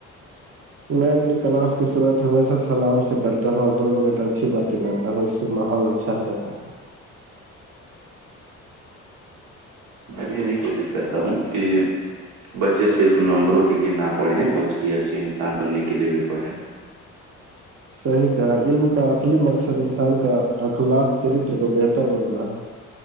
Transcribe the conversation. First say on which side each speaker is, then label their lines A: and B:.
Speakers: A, on the right (about 50°); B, on the right (about 80°).
A: میں اپنی کلاس کی شروعات ہمیشہ سلام سے کرتا ہوں اور دو منٹ اچھی باتیں کرتا ہوں اس سے ماحول اا اچھا ہو جاتا ہے
B: میں بھی یہی کوشش کرتا ہوں کہ بچے صرف نمبروں کے لیے نہ پڑھیں بلکہ اچھے انسان بننے کے لیے بھی پڑھیں
A: صحیح کہا علم کا اصلی مقصد انسان کا اخلاق چرتر کو بہتر بنانا ہے